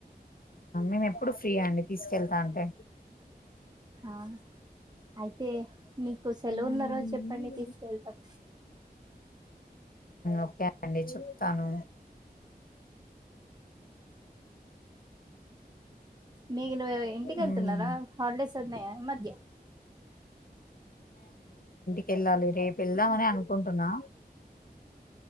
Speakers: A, on the left; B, on the right.
A: నేను ఎప్పుడు ఫ్రీ అండి తీసుకెళ్తా అంటే
B: ఆ అయితే మీకు సెలవు
A: మ్మ్
B: ఉన్న రోజు చెప్పండి తీసుకెళ్తాం
A: ఓకే అండి చెప్తాను
B: మీకు నువ ఇంటిక
A: మ్మ్
B: వెళ్తున్నారా హాలిడేస్ అన్నాయా మధ్య
A: కల్లా లే రే పిల్ ఎలా మర అనుకుంటున్నా